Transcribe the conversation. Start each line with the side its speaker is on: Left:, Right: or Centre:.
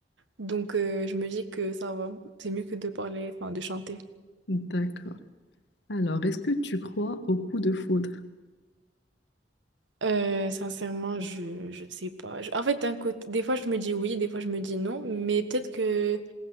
Right: Donc, euh, je me dis que ça va. C'est mieux que de parler, enfin, de chanter.
Left: D'accord. Alors, est-ce que tu crois au coup de foudre?
Right: Euh, sincèrement, je, je sais pas. Je- en fait, d'un côté, des fois je me dis oui, des fois je me dis non, mais peut-être que